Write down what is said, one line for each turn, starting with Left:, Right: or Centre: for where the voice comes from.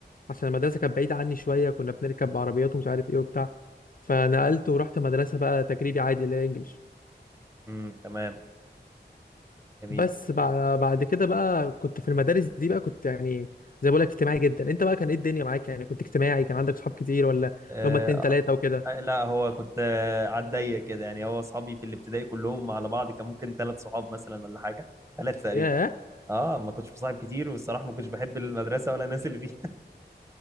Left: عشان المدرسه كانت بعيده عني شويه كنا بنركب عربيات ومش عارف ايه وبتاع فنقلت ورحت مدرسه بقى تجريبي عادي اللي هي انجلش
Right: امم تمام جميل
Left: بس بع- بعد كده بقى كنت في المدارس دي بقى كنت يعني زي ما بقول لك اجتماعي جدا انت بقى كان ايه الدنيا معاك يعني كنت اجتماعي كان عندك صحاب كتير ولا اللي
Right: اه
Left: هم اتنين تلاته وكده
Right: لا هو كنت آه، على الضيق كده يعني هو اصحابي في الابتدائي كلهم على بعض كان ممكن ثلاث صحاب مثلا ولا حاجه ثلاث تقريبا
Left: ياه
Right: اه ما كنتش بصاحب كتير والصراحه ما كنتش بحب المدرسه ولا الناس اللي فيها